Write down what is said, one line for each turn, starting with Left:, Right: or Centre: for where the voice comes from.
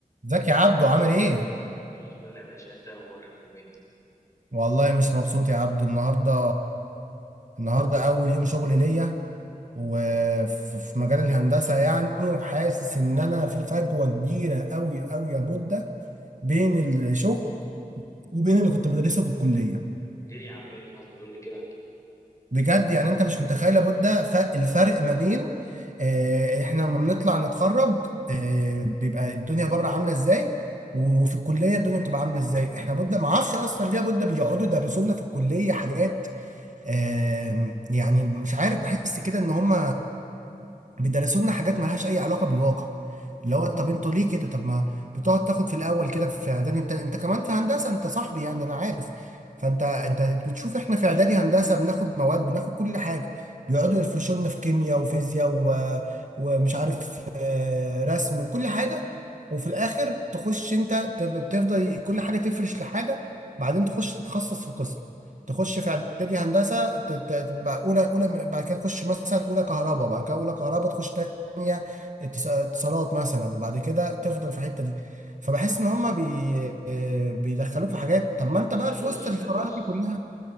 Right: ازيك يا عبدو عامل ايه؟
Left: كل الفل يا باشا انت اخبارك طمني
Right: والله مش مبسوط يا عبدو النهارده النهارده اول يوم شغل ليا وفي في مجال الهندسه يعني وحاسس ان انا في فجوه كبيره قوي قوي يا بودة بين الشغل وبين اللي كنت بدرسه في الكليه
Left: ليه يا عم ايه اللي حصل قول لي كده احكي لي.
Right: بجد يعني انت مش متخيل يا بودة ف- الفرق ما بين آه، احنا لما بنطلع نتخرج آه، بيبقى الدنيا بره عامله ازاي وفي الكليه الدنيا بتبقى عامله ازاي احنا بودة ما اعرفش اصلا ليه يا بودة بيقعدوا يدرسوا لنا في الكليه حاجات آم، يعني مش عارف بحس كده ان هم بيدرسوا لنا حاجات مالهاش اي علاقه بالواقع اللي هو طب انتوا ليه كده طب ما بتقعد تاخد في الاول كده في اعدادي انت انت كمان في هندسه انت صاحبي يعني انا عارف فانت انت بتشوف احنا في اعدادي هندسه بناخد مواد بناخد كل حاجه بيقعدوا يفرشوا لنا في كيمياء وفيزياء و... ومش عارف آه، رسم وكل حاجه وفي الاخر تخش انت تب- بتفضل كل حاجه تفرش لحاجه بعدين تخش تتخصص في قسم تخش في اعدادي هندسه ت- ت- تبقى اولى اولى بعد كده تخش مثلا اولى كهرباء بعد كده اولى كهرباء تخش تانية اتص- اتصالات مثلا بعد كده تفضل في الحته دي فبحس ان هما بي آه، بيدخلوك في حاجات طب ما انت بقى
Left: لا بص
Right: في وسط الفراغ
Left: بص
Right: دي كلها